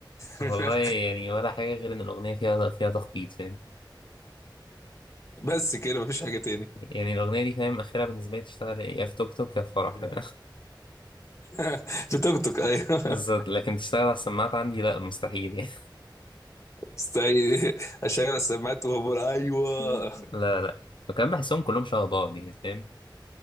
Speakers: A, on the left; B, on the left.
A: والله
B: <laughs>
A: يعني ولا حاجة غير ان الأغنية فيها فيها تخبيط فاهم
B: بس كده مفيش حاجه تاني
A: يعني الأغنية دي فاهم آخرها بالنسبة لي تشتغل يا في توك توك يا في فرح فاهم؟
B: <laughs> في توك توك ايوه
A: <laughs> بالظبط
B: <laughs>
A: لكن تشتغل على السماعات عندي لا مستحيل يعني
B: استعي اشغل السماعات وهو بقول ايوه
A: <laughs> لا لا وكمان بحسهم كلهم شبه بعض يعني فاهم